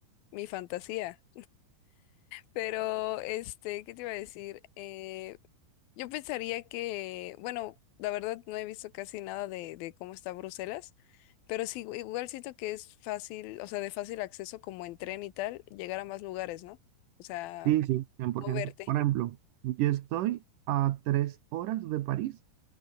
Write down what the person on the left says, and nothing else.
mi fantasía. Pero, este, ¿qué te iba a decir? Eh, yo pensaría que, bueno, la verdad no he visto casi nada de, de cómo está Bruselas, pero sí, igual siento que es fácil, o sea, de fácil acceso como en tren y tal, llegar a más lugares, ¿no? O sea,
moverte.